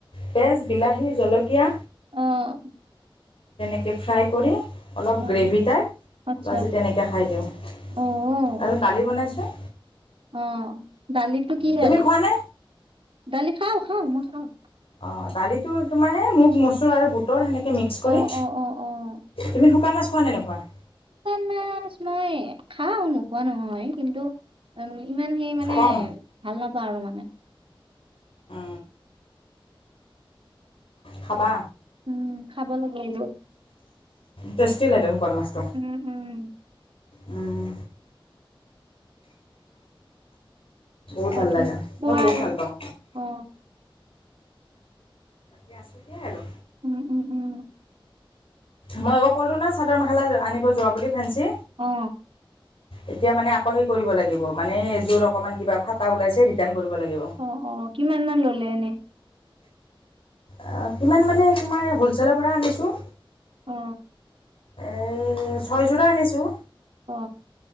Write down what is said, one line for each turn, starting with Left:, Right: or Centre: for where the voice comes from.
Left: পেজ বিলাহী জলকীয়া
Right: অ'।
Left: তেনেকে ফ্ৰাই কৰি অলপ
Right: অ',
Left: গ্ৰেভি টাইপ
Right: আচ্ছা
Left: আজি তেনেকে খাই দিওঁ আৰু
Right: অ',
Left: দালি বনাইছোঁ
Right: অ' দালটো কি
Left: তুমি
Right: দালি,
Left: খোৱানে
Right: দালি খাও খাও মই খাওঁ
Left: অ' দালিটো তোমাৰে এ মগ-মচুৰ আৰু বুটৰ সেনেক কে মিক্স কৰি
Right: অ', অ', অ', অ',
Left: তুমি শুকান মাছ খোৱা নে নোখোৱা?
Right: শুকান মাছ মই খাওঁ নোকোৱা নহয় কিন্তু উম ইমান সেই মানে
Left: কম
Right: ভাল নাপাওঁ আৰু মানে
Left: অ খাবা
Right: উম খাব লাগে সেইবো
Left: টেষ্টি লাগে শুকান মাছটো
Right: উম উম
Left: উম বহুত
Right: বাকী
Left: ভাল লাগে
Right: কোৱা
Left: মই বহত
Right: আৰু
Left: ভাল পাওঁ
Right: অ
Left: দিয়া আছোঁ দিয়া আৰু
Right: উম উম উম
Left: মই আক ক'লো ন চাদৰ-মেখেলা আনিব যোৱা বুলি ফেঞ্চি
Right: অ
Left: এতিয়া মানে আকৌ সেই কৰিব লাগিব মানে এযোৰ অকমান কিবা ফাটা ওলাইছে ৰিটাৰ্ণ কৰিব লাগিব।
Right: অ অ কিমান মান ললে এনে
Left: অ কিমান মানে তোমাৰ হ'লচেলৰ পৰা আনিছোঁ
Right: অ
Left: এই ছয়যোৰা আনিছোঁ।
Right: অ